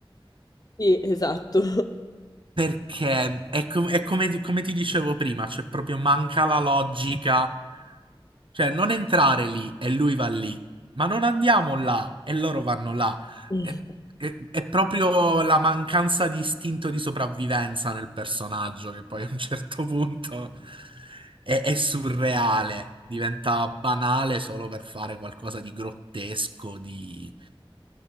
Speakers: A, on the left; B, on the right.
A: Sì, esatto.
B: perché è, co- è come, come ti dicevo prima, c'è proprio manca la logica Cioè, non entrare lì e lui va lì, ma non andiamo là e loro vanno là.
A: <laughs>
B: È, è- è proprio la mancanza di istinto di sopravvivenza nel personaggio che poi a un certo punto è, è surreale, diventa banale solo per fare qualcosa di grottesco, di,